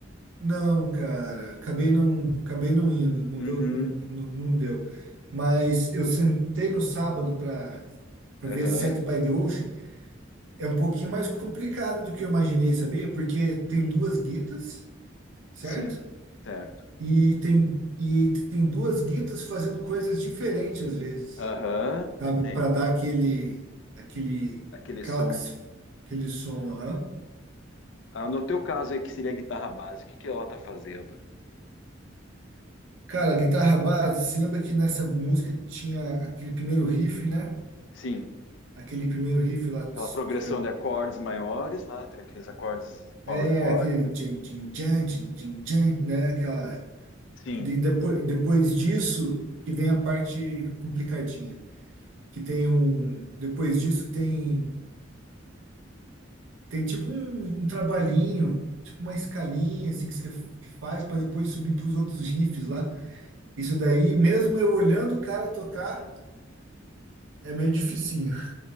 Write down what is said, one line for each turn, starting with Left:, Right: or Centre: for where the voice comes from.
Right: Não, cara, acabei não, acabei não indo, não
Left: Uhum,
Right: deu, não, não deu. Mas eu sentei no sábado para para
Left: aham,
Right: ver Set by the Ocean. É um pouquinho mais complicado do que eu imaginei, sabia? Porque tem duas guitas, certo?
Left: sim, certo.
Right: E tem e tem duas guitas fazendo coisas diferentes às vezes,
Left: Aham,
Right: sabe?
Left: tem,
Right: Para dar aquele aquele
Left: aquele
Right: aquela
Left: som.
Right: aquele som, aham.
Left: Ah, no teu caso aí, que seria a guitarra básica, o que que ela tá fazendo?
Right: Cara, a guitarra base, se lembra que nessa música tinha aquele primeiro riff, né?
Left: Sim,
Right: aquele primeiro riff lá, tss,
Left: aquela progressão
Right: que
Left: de acordes maiores lá, tem aqueles acordes power
Right: é,
Left: chord,
Right: é aquele
Left: né?
Right: tchan, tchan, tchan, tchan, tchan, tchan, né? Aquela,
Left: Sim.
Right: de, depois, depois disso que vem a parte complicadinha, que tem um, depois disso tem, tem tipo um, um trabalhinho, tipo uma escalinha assim que você f- que faz para depois subir para os outros riffs lá. Isso daí, mesmo eu olhando o cara tocar, é meio dificinho.